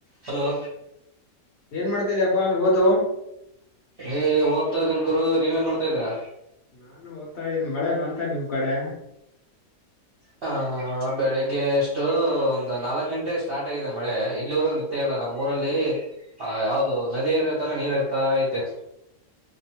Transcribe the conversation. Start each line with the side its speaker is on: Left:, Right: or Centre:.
Right: hello
Left: ಏನ್ ಮಾಡ್ತಿದ ಅಪ್ಪಾ ಓದು
Right: ಏ್ ಓದ್ತಾ ಇದ್ದನ್ ಗುರು ನೀವೇನ್ ಮಾಡ್ತಾ ಇದ್ರಾ
Left: ನಾನು ಓದ್ತಾ ಇದ್ದೀನಿ ಮಳೆ ಬಂತ ನಿಮ್ ಕಡೆ
Right: ಹ ಆಹ ಬೆಳಿಗ್ಗೆ ಅಷ್ಟು ಒಂದು್ ನಾಲ್ಕು ಗಂಟೆ ಸ್ಟಾರ್ಟ್ ಆಗಿದೆ ಮಳೆ ಇಲ್ಲಿವರೆಗೂ ನಿತ್ಯ ಇಲ್ಲ ನಮ್ಮ ಊರಲ್ಲಿ ಆ ಯಾವ್ದದು ನದಿ ಹಏರಿೋತರ ನೀರ್ ಇರ್ತ ಐತೆ